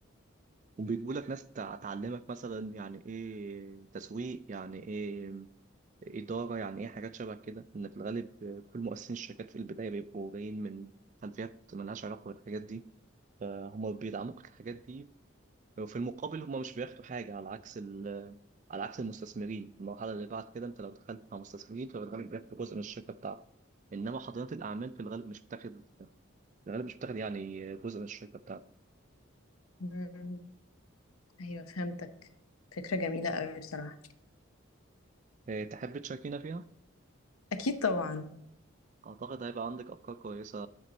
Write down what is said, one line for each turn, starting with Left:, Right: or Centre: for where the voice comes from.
Right: وبيجيبوا لك ناس تع- تعلمك مثلا يعني ايه تسويق يعني ايه إدارة يعني ايه حاجات شبه كده إن في الغالب كل مؤسسين الشركات في البداية بيبقوا جايين من خلفيات ملهاش علاقة بالحاجات دي فهم بيدعموك الحاجات دي وفي المقابل هم مش بياخدوا حاجة على عكس ال... على عكس المستثمرين المرحلة اللي بعد كده انت لو دخلت مع مستثمرين فبالغالب بياخدوا جزء من الشركة بتاعتك انما حاضنات الاعمال في الغالب مش بتاخد الغالب مش بتاخد يعني جزء من الشركة بتاعتك
Left: مم. ايوه فهمتك فكرة جميلة قوي بصراحة
Right: إيه، تحب تشاركينا فيها؟
Left: اكيد طبعا
Right: أعتقد هيبقى عندك أفكار كويسة